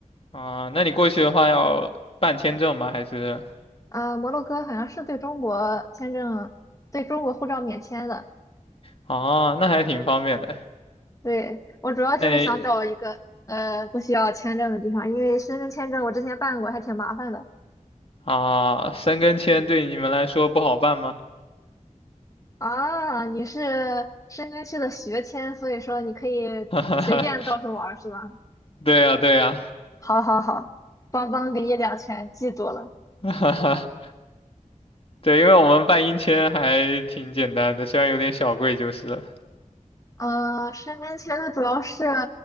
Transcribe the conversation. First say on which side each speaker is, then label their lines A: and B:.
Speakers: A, on the left; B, on the left.
A: 啊，那你过去的话要办签证吗？还是
B: 呃，摩洛哥好像是对中国签证，对中国护照免签的。
A: 啊，那还挺方便的。
B: 对，我主要就是想找一个呃不需要签证的地方，
A: 那你
B: 因为申根签证我之前办过，还挺麻烦的。
A: 啊，申根签对你们来说不好办吗？
B: 啊，你是申根区的学签，所以说你可以随便到处玩儿是吧？
A: <laughs> 哈哈哈，对呀，对呀，
B: 好好好，邦邦给你两拳，记住了。
A: <laughs> 哈哈，对，因为我们办英签还挺简单的，虽然有点小贵就是了。
B: 呃，申根签它主要是，